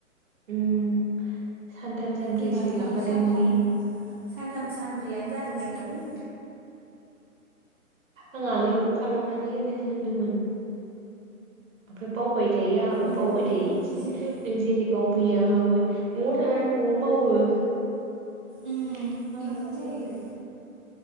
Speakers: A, on the right; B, on the right.
A: उम सानथाम सानब्रैसो
B: जोंनानो
A: लाखादों
B: सानथाम
A: ने
B: सानथाम सानब्रैयानो जादों जोंनाबो।
A: ओम आगैखौ खालामनानै होनो होनदोंमोन। ओमफ्राय बावबाय थायो आंहाबो
B: ओं
A: बावबाय थायो इदिनो
B: बेजोंबो
A: नों जेरै बावबोयो आंहाबो न'आव थानानै न'आवनो बावो मा
B: उम बिदिनो
A: खालामनांगौथाय।
B: जायो